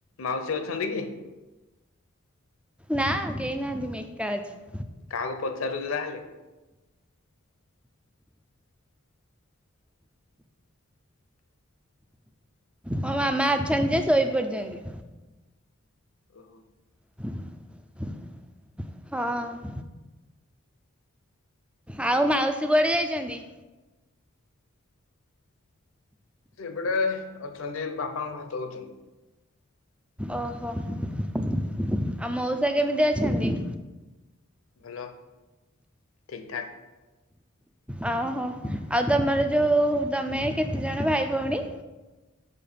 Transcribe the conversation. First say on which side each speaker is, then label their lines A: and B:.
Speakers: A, on the left; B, in the centre.
A: ମାଉସୀ ଅଛନ୍ତି କି?
B: ନା କେହି ନାହାନ୍ତି ମୁଁ ଏକା ଅଛି।
A: କାହାକୁ ପଚାରୁଚୁ ତାହେଲେ?
B: ମୋ ମାମା ଅଛନ୍ତି ଯେ ଶୋଇ ପଡିଚନ୍ତି।
A: ଓହୋ।
B: ହଁ। ଆଉ ମାଉସୀ କୁଆଡ଼େ ଯାଇଚନ୍ତି?
A: ସେଇପଟେ ଅଛନ୍ତି ବାପାଙ୍କୁ ଭାତ ଦଉଚନ୍ତି।
B: ଓହୋ ଆଉ ମଉସା କେମିତି ଅଛନ୍ତି?
A: ଭଲ ଠିକ୍ ଠାକ୍।
B: ଆହୋ ଆଉ ତମର ଯୋଉ ଉ ଉ ତମେ କେତେଜଣ ଭାଇ ଭଉଣୀ?